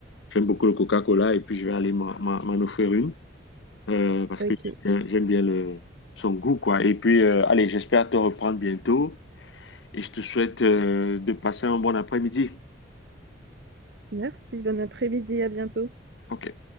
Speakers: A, on the left; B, on the right.
A: j'aime beaucoup le Coca-Cola et puis je vais aller m'en m'en- m'en offrir une. euh, parce
B: Ok.
A: que j'aime bien j'aime bien le, son goût, quoi. Et puis, euh, allez, j'espère te reprendre bientôt et je te souhaite euh, de passer un bon après-midi.
B: Merci, bon après-midi, à bientôt.
A: OK.